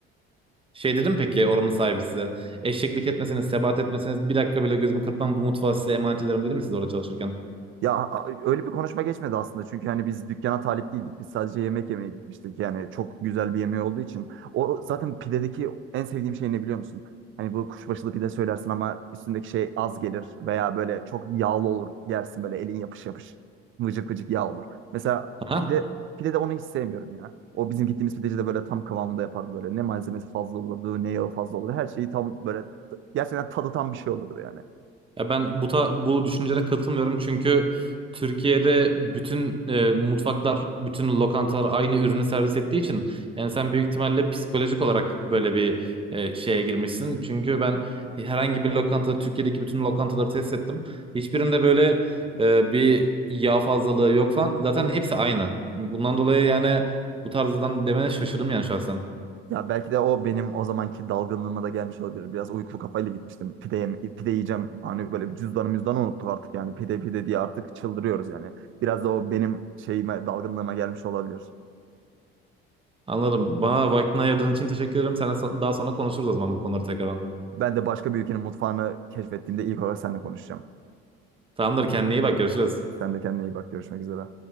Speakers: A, on the right (about 20°); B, on the right (about 45°).
A: Şey dedim peki oranın sahibi size. Eşeklik etmeseniz, sebat etmeseniz bir dakika bile gözümü kırpmam bu mutfağı size emanet ederim dedim mi siz orada çalışırken?
B: Ya a- öyle bir konuşma geçmedi aslında çünkü hani biz dükkana talip değildik. Biz sadece yemek yemeye gitmiştik. Yani çok güzel bir yemeği olduğu için. O zaten pidedeki en sevdiğim şey ne biliyor musun? Hani bu kuşbaşılı pide söylersin ama üstündeki şey az gelir veya böyle çok yağlı olur. Yersin böyle elin yapış yapış. Vıcık vıcık yağ olur. Mesela
A: Aha.
B: pide pide de onu hiç sevmiyorum ya. O bizim gittiğimiz pideci de böyle tam kıvamında yapardı böyle. Ne malzemesi fazla olurdu, ne yağı fazla olurdu. Her şeyi tam böyle gerçekten tadı tam bir şey olurdu yani.
A: Ya ben bu ta- bu düşüncene katılmıyorum çünkü Türkiye'de bütün e, mutfaklar, bütün lokantalar aynı ürünü servis ettiği için yani sen büyük ihtimalle psikolojik olarak böyle bir e, şeye girmişsin. Çünkü ben herhangi bir lokanta, Türkiye'deki bütün lokantaları test ettim. Hiçbirinde böyle e, bir yağ fazlalığı yok falan. Zaten hepsi aynı. Bundan dolayı yani bu tarzdan demene şaşırdım yani şahsen.
B: Ya belki de o benim o zamanki dalgınlığıma da gelmiş olabilir. Biraz uykulu kafayla gitmiştim. Pide, yem- pide yiyeceğim. Hani böyle bir cüzdanı müzdanı unuttuk artık yani. Pide pide diye artık çıldırıyoruz yani. Biraz da o benim şeyime, dalgınlığıma gelmiş olabilir.
A: Anladım. Bana vaktini ayırdığın için teşekkür ederim. Sana daha sonra konuşuruz o zaman bu konuları tekrardan.
B: Ben de başka bir ülkenin mutfağını keşfettiğimde ilk olarak seninle konuşacağım.
A: Tamamdır kendine iyi bak görüşürüz.
B: Sen de kendine iyi bak. Görüşmek üzere.